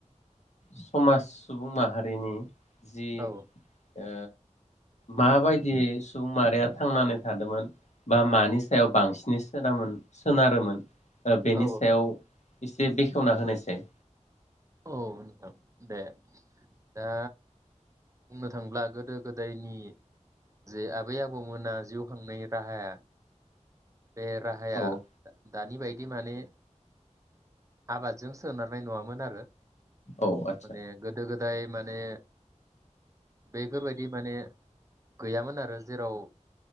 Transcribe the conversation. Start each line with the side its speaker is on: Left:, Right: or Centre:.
Left: समाज सुबुं माहारिनि जि
Right: औ
Left: ओ माबायदि सुबुं मारिया थांनानै थादोंमोन बा मानि सायाव बांसिनै सोनामोन सोनारोमोन बेनि
Right: औ
Left: सा सायाव एसे बेखेवना होनायसै दे
Right: औ नोंथां दे दा बुंनो थांब्ला गोदो गोदायनि जे आबै आबौमोना जिउ खांनायनि राहाया बे राहाया
Left: औ
Right: दानि बायदि माने आबादजों सोनारनाय नङामोन आरो
Left: औ आदसा
Right: माने गोदो गोदाय माने बेफोरबायदि माने गैयामोन आरो जेराव